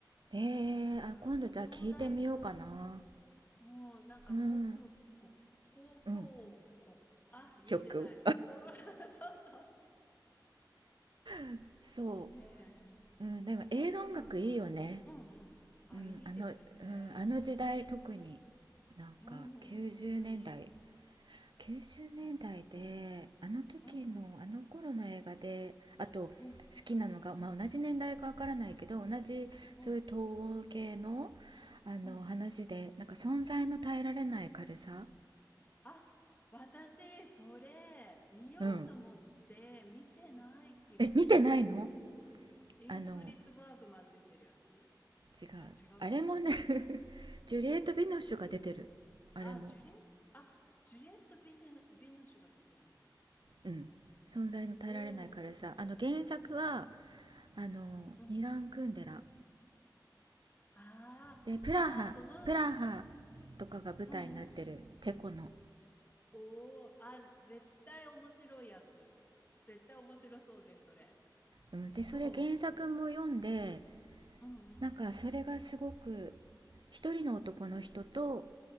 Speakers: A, on the right; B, on the left.
A: ーねえー、
B: なんかこう壮大な、
A: あ今度じゃあ聞いてみようかな
B: もうなんか公共国、
A: うん
B: 公共国、
A: うん
B: あ、言えてない。
A: 曲
B: こう、<laughs> そうそうそ
A: <laughs> そ
B: う。ねえ、
A: う、うん、でも映画音楽いいよね
B: 結構その、うんうん。あ、
A: うん、
B: いいですよね。
A: あの、うん、あの時代特になんか90年代
B: うん、本当に、
A: 90年代であの時のあの頃の映画であと好
B: 本当に。うんうん、うん、
A: きなのが、まあ、同じ年代かわからないけど同じそういう東欧系の、
B: うん、
A: あの話でなんか存在の耐えられない軽さ
B: うん。あ、私、それ、見ようと思って見てない気がします。
A: うんえ見てないの
B: イングリッド・
A: あの
B: バーグマン出てるやつ
A: 違う
B: あ、違うかな。
A: あれもね <laughs> ジュリエット・ビノッシュが出てるあれも
B: あ、ジュリエット、あ、ジュリエット・ビネ、ビノシュが出てるんだ。
A: うん存在の耐えられない軽さあの原作は
B: おお、
A: あのミラン・
B: うん。
A: クンデラ
B: ああ、
A: でプラハプラハ
B: ああ、その、
A: とかが舞台になってるチェコの、
B: うんうん。おお、あ、絶対面白いやつ。絶対面白そうです、それ。
A: うん、でそれ原作も読んで
B: そう。うんうん
A: なんかそれがすごく一人の男の人と